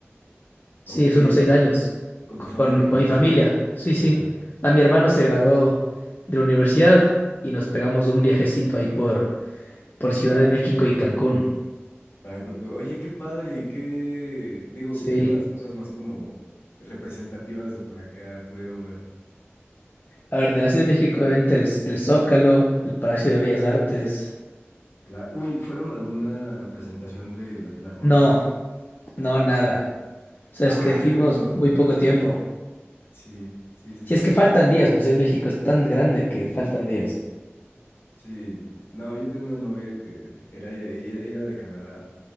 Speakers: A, on the left; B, on the left.
A: Sí,
B: Ok,
A: es unos seis años.
B: con tu familia,
A: con,
B: imagino.
A: con mi familia. Sí,
B: Ajá,
A: sí. A mi hermano se graduó de la universidad y nos pegamos un viajecito ahí por, por Ciudad de México y Cancún.
B: para cultura. Oye, qué padre y qué, digo,
A: Sí.
B: qué de las cosas más como representativas de por acá pudieron ver.
A: A ver, de la Ciudad de México, obviamente, el, el Zócalo, el Palacio de Bellas Artes.
B: Claro. Uy, ¿fueron a alguna presentación de la Filarmónica?
A: No, no, nada. O sea,
B: Ay,
A: es que fuimos
B: hermano.
A: muy poco tiempo.
B: Sí, sí, sí,
A: Si
B: sí.
A: es que faltan días, pero Ciudad de México es tan grande que faltan días.
B: Sí. No, yo tenía una novia que era, ella, ella era de Canadá